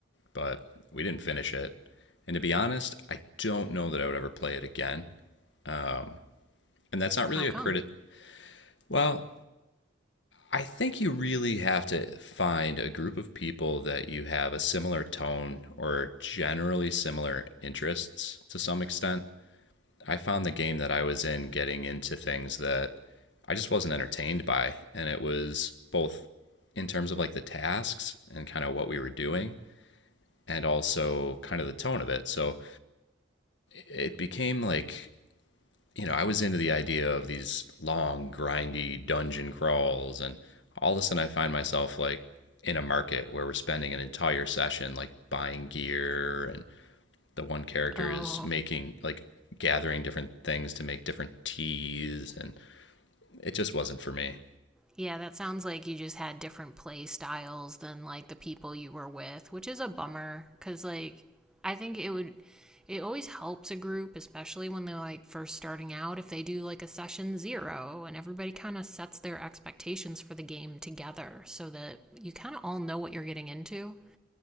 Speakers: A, on the left; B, in the centre.
A: but we didn't finish it. And to be honest, I don't know that I would ever play it again. Um, And that's not really
B: How come?
A: a credit. Well, I think you really have to find a group of people that you have a similar tone or generally similar interests to some extent. I found the game that I was in getting into things that I just wasn't entertained by. And it was both in terms of like the tasks and kind of what we were doing and also kind of the tone of it. So it became like you know, I was into the idea of these long, grindy dungeon crawls, and all of a sudden I find myself like in a market where we're spending an entire session like buying gear, and the one character
B: Oh,
A: is making like gathering different things to make different teas, and it just wasn't for me.
B: Yeah, that sounds like you just had different play styles than like the people you were with, which is a bummer cuz like I think it would it always helps a group, especially when they're like first starting out, if they do like a session 0 and everybody kind of sets their expectations for the game together so that you kind of all know what you're getting into.